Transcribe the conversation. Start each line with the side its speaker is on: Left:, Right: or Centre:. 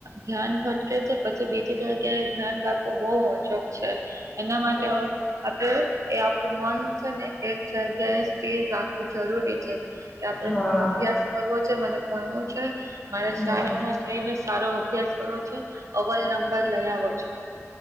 Right: ધ્યાન ભટકે છે પછી બીજી જગ્યા એ ધ્યાન રાખવું બહુ ઓછોક છે. એના માટે
Left: એ.
Right: આપડ એ આપણું મન છે ને એક જગ્યાએીર રાખવું જરૂરી છે કે આપડ
Left: હા
Right: અભ્યાસ કરવો છે મને ભણવું છે મારે
Left: હા
Right: સારામાં જઈને સારો અભ્યાસ કરવો છે. અવલ નંબર લઈ આવો છે.